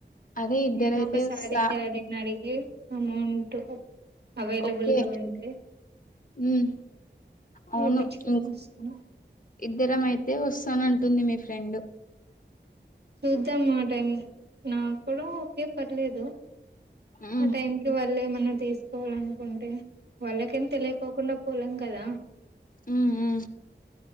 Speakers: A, on the left; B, on the right.
A: అదే ఇద్దరైతే
B: నేను ఒకసారి
A: వస్తా
B: డాడీని అడిగి అమౌంట్ అవైలబుల్గా
A: ఓకే
B: ఉంటే
A: ఉమ్ అవును
B: ఏపిచ్చుకొని
A: ఇం
B: వస్తా
A: ఇద్దరం అయితే వస్తాను అంటుంది మీ ఫ్రెండ్
B: చూద్దాం ఆ టైం నాకు కూడా ఒకే పర్లేదు
A: ఉమ్
B: ఆ టైం వాళ్ళ ఏమన్నా తీసుకోవాలనుకుంటే వాళ్ళకేనా తెలియకోకుండా పోలేం కదా
A: ఉమ్ ఉ